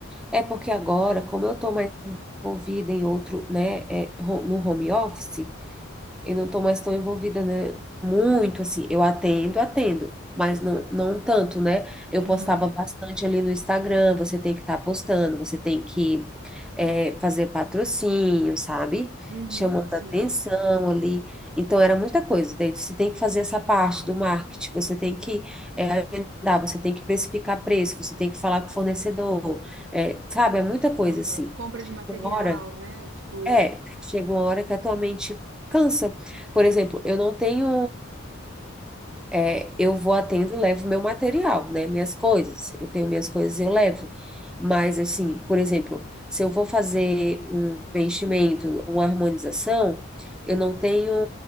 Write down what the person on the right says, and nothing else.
Aham,
uhum,
sim.
Aham.
Compra
de material,
né? Tipo,